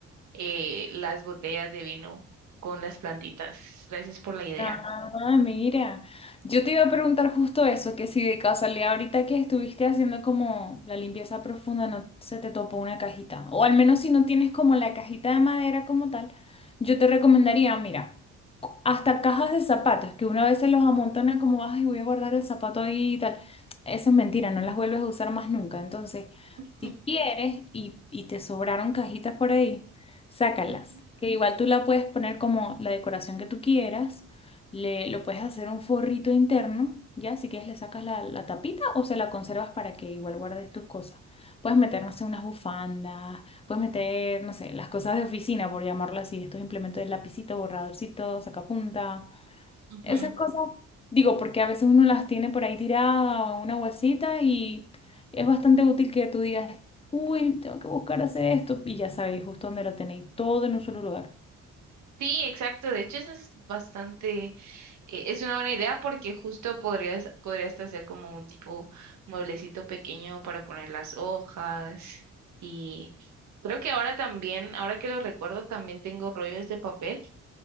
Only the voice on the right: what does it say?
eh, las botellas de vino con las plantitas. Gracias por la idea.
<laughs>
Ujú,
ujú.
Sí, exacto. De hecho, eso es bastante, eh, es una buena idea porque justo podrías, podrías hasta hacer como un tipo mueblecito pequeño para poner las hojas. Y creo que ahora también, ahora que lo recuerdo, también tengo rollos de papel.